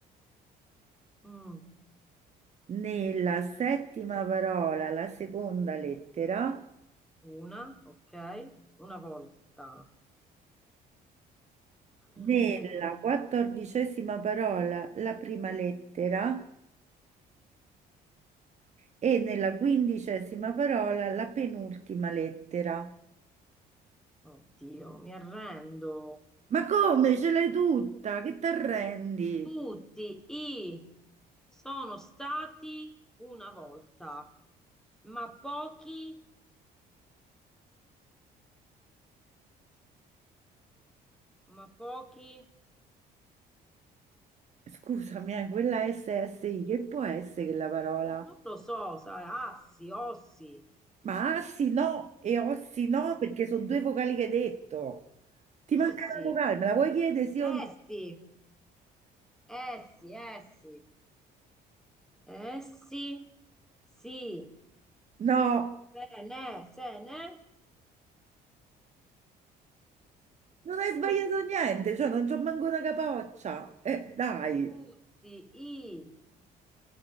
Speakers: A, in the centre; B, on the right.
A: Mm,
B: nella settima parola la seconda lettera,
A: una, ok. Una volta. Mm,
B: nella quattordicesima parola la prima lettera e nella quindicesima parola la penultima lettera.
A: oddio, mi arrendo.
B: Ma come ce l'hai tutta? Che ti arrendi?
A: Tutti i sono stati una volta, ma pochi, ma pochi,
B: Scusami, eh, quella SSI, che può essere quella parola?
A: eh, non lo so, sai, assi, ossi,
B: Ma assi no e ossi no
A: o-
B: perché sono due vocali che hai detto. Ti manca
A: ussi,
B: una vocale, me la vuoi chiedere sì o no?
A: essi, essi, essi, essi, sì,
B: No,
A: se ne, se ne,
B: non hai
A: tutti,
B: sbagliato niente, cioè non c'ho manco una capoccia. Eh, dai.
A: tutti, i,